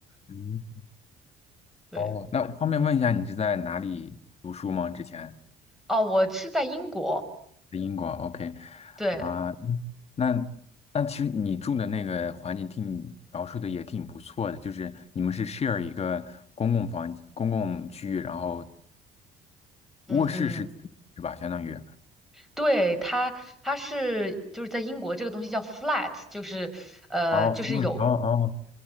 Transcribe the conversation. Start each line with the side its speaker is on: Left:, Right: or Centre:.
Left: 嗯，
Centre: 对，
Left: 哦，那方便问一下，你是在哪里读书吗？之前？
Centre: 哦，我是在英国，
Left: 在英国，OK，
Centre: 对，
Left: 啊，那那其实你住的那个环境听你描述的也挺不错的，就是你们是 share 一个公共房公共区域，然后
Centre: 嗯嗯。
Left: 卧室是自己是吧？相当于
Centre: 对，它，它是就是在英国这个东西叫 flat，就是呃，
Left: 哦
Centre: 就是有，
Left: f r 哦哦，